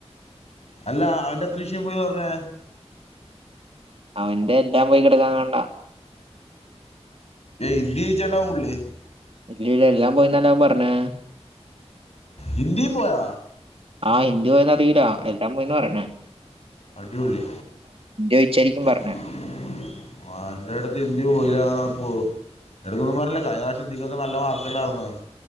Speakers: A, on the left; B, on the right.
A: അല്ല അവനെത്രഷ്യ പോയന്നറഞ്ഞേ
B: അവന്റെ എല്ലാ പോയി കെടക്കാകൊണ്ട
A: ഇന്ദി ജയിച്ച്ണ്ടാവും പുള്ളി
B: ഇല്ലല്ല എല്ലാം പോയിന്നവ പറഞ്ഞെ
A: ഹിന്തിം പോയോ
B: ആ ഹിന്ദി പോയന്ന് അറീല്ല എല്ലാം പോയിന്ന പറീണെ
A: അടിപൊളി
B: ചോദിച്ചായിരിക്കും പറഞ്ഞേ
A: <inaudible> ഓന്റെട്ത്ത് ഇന്ദി പോയില്ല അ എടുക്കൊന്നു അറീല്ല അഴിഞ്ഞറാശ്യം ഇന്ദിക്കൊക്കെ നല്ല മാർക്ക് ഇണ്ടായിർന്ന